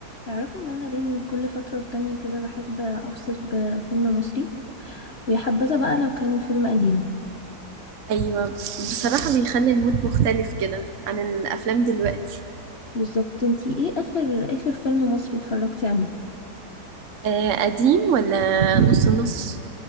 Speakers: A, on the left; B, on the right.
A: تعرفي ان انا بين كل فترة والتانية كده بحب افصل بفيلم مصري ويا حبذا بقى لو كان فيلم قديم
B: ايوه بصراحة بيخلي المود مختلف كده عن الافلام دلوقتي
A: بالظبط انتي ايه اخر اخر فيلم مصري اتفرجتي عليه
B: آه قديم ولا نص نص